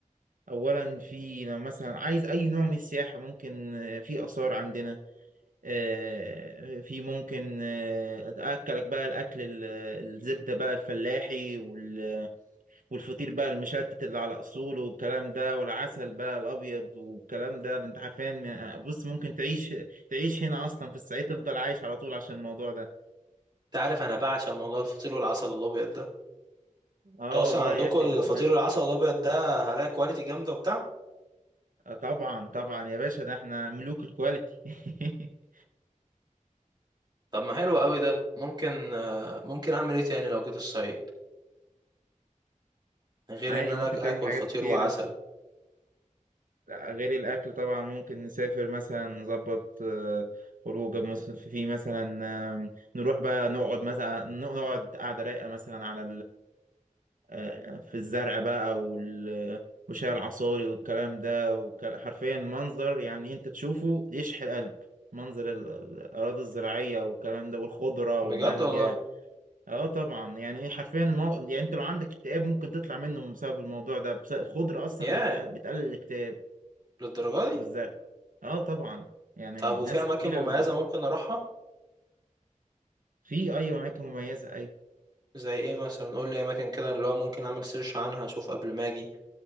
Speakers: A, on the right; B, on the right.
A: اولا في لو مثلا عايز اي نوع من السياحه ممكن آه، في اثار عندنا آه، في ممكن آه، اكلك بقى الاكل ال- الزبده بقى الفلاحي وال والفطير بقى المشلتت اللي على اصوله والكلام ده والعسل بقى الابيض والكلام ده ده انت حرفيا م- بص ممكن تعيش تعيش هنا اصلا في الصعيد تفضل عايش على طول عشان الموضوع ده
B: انت عارف انا بعشق موضوع الفطير والعسل الابيض ده
A: اه
B: انتوا اصلا
A: والله
B: عندكم
A: يا اخي
B: الفطير
A: احمد
B: العسل الابيض ده هلاقي كواليتي جامده وبتاع
A: آه طبعا طبعا يا باشا ده احنا ملوك الكواليتي <laughs>
B: طب ما حلو قوي ده ممكن آه، ممكن اعمل ايه تاني لو جيت الصعيد غير
A: عادي
B: ان انا
A: ممكن
B: اكل
A: تعمل حاجات
B: فطير
A: كتيرة
B: وعسل
A: غير الأكل طبعا ممكن نسافر مثلا نظبط آه، خروجة مس- في مثلا آم، نروح بقى نقعد مثلا نقعد قعدة رايقة مثلا على آه، في الزرع بقى وال وشاي العصاري والكلام ده وك- حرفيا منظر يعني انت تشوفه يشحن القلب منظر ال- ال- الأراضي الزراعية والكلام ده والخضرة والبهجة
B: بجد والله
A: اه طبعا يعني ايه حرفيا المو... يعني انت لو عندك اكتئاب ممكن تطلع منه بسبب الموضوع ده بس الخضرة اصلا
B: ياه
A: بت... بتقلل الاكتئاب
B: للدرجه دي
A: والزرع اه طبعا يعني
B: طب وفي
A: ناس
B: اماكن
A: كتيرة
B: مميزه ممكن اروحها
A: في ايوه اماكن مميزة ايوه
B: زي ايه مثلا قول لي اماكن كده اللي هو ممكن اعمل سيرش عنها اشوف قبل ما اجي